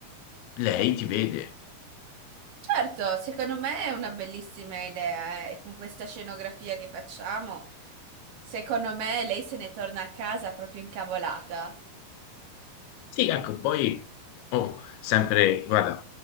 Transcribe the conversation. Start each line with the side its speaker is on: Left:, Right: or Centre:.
Left: lei ti vede.
Right: Certo, secondo me è una bellissima idea, eh, E con questa scenografia che facciamo, secondo me lei se ne torna a casa proprio incavolata.
Left: Sì, ecco, poi oh, sempre, guarda,